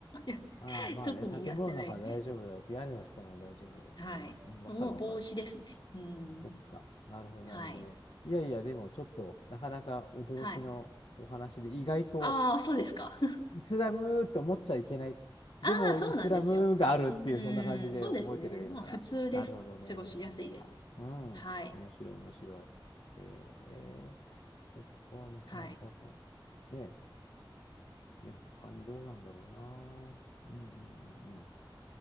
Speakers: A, on the left; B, on the left.
A: <laughs>
B: ああ、まあね、
A: 特にやってない。
B: 建物の中は大丈夫だよって、屋根の下は大丈夫だよってね。
A: はい。
B: うん、わかるわかる。
A: もう帽子ですね。うん。
B: そっか。なるほど、
A: はい。
B: なるほど。いやいや、でもちょっと、なかなか驚きのお話で、
A: はい。
B: 意外と、
A: ああ、そうですか。
B: イスラムって思っちゃいけない。
A: <laughs> ああ、
B: でも、
A: そうなんですよ。
B: イスラムがあるっていう、
A: うーん、
B: そんな感じで覚えてればいいのかな。
A: そうですね。まあ、普通です。
B: なるほどね。
A: 過ごしやすいです。
B: あ、うん。
A: はい。
B: 面白い、面白い。えー、そっか、なかなかた、
A: はい。
B: ね、ね、他にどうなんだろうな。うんうんうんうん。